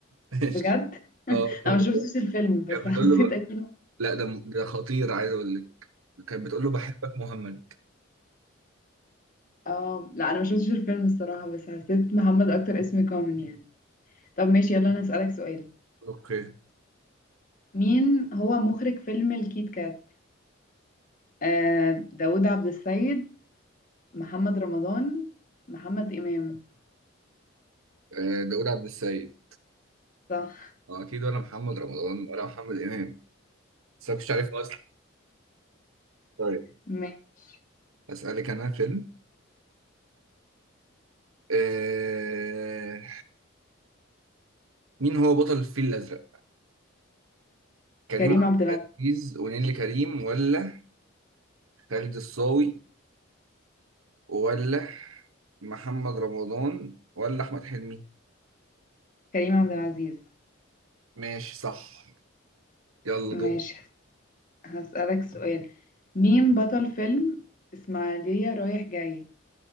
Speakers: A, on the right; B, on the left.
A: ماشي
B: بجد
A: اه كان
B: انا ما
A: بتقول
B: شفتش الفيلم بس
A: كان
B: <laughs> حسيت
A: بتقول له
B: اكيد
A: ب... لا ده م- ده خطير عايز اقول لك كان بتقول له بحبك مهمد
B: اه لا انا ما شفتش الفيلم الصراحه بس حسيت محمد اكتر اسم كومن يعني طب ماشي يلا انا هسألك سؤال
A: اوكي
B: مين هو مخرج فيلم الكيت كات آه داوود عبد السيد محمد رمضان محمد امام
A: آه داوود عبد السيد
B: صح
A: آه اكيد ولا محمد رمضان ولا محمد امام بس أنا كنتش عارف اصلا طيب
B: ماشي.
A: اسالك انا فيلم آه... مين هو بطل الفيل الازرق كريم
B: كريم
A: عبد
B: عبد العزيز
A: العزيز ونيلي كريم ولا خالد الصاوي ولا محمد رمضان ولا احمد حلمي
B: كريم عبد العزيز
A: ماشي صح يلا
B: ماشي
A: دور
B: هسألك سؤال مين بطل فيلم إسماعيلية رايح جاي